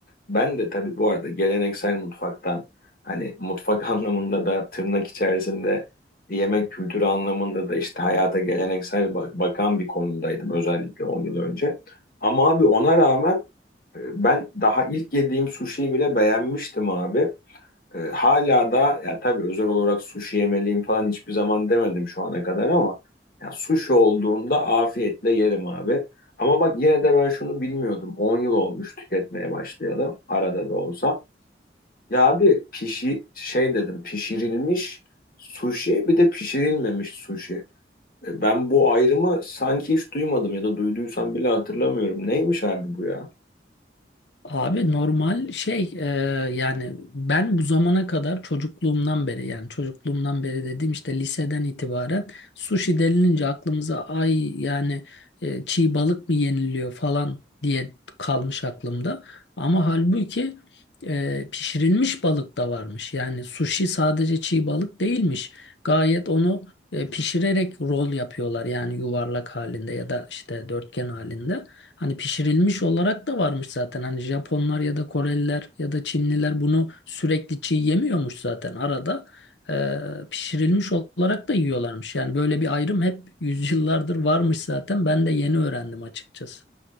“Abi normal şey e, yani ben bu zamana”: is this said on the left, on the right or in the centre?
Left